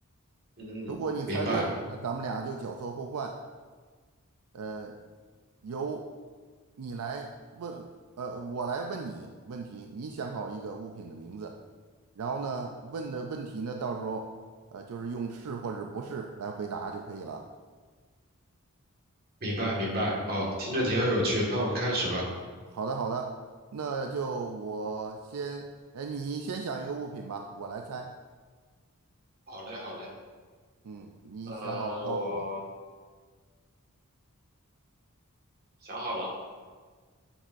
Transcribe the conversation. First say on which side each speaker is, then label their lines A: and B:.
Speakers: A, on the right (about 45°); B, on the right (about 75°).
A: 嗯，
B: 如果你猜对了，
A: 明白，
B: 那咱们俩就角色互换。呃，由你来问，呃，我来问你问题，你想好一个物品的名字，然后呢，问的问题呢，到时候呃，就是用是或者不是来回答就可以了。
A: 明白，明白。哦，听着挺有趣，那我们开始吧。
B: 好的，好的，那就我先，哎，你先想一个物品吧，我来猜。
A: 好嘞，好嘞，
B: 嗯，你想好了告诉我。
A: 呃，我想好了，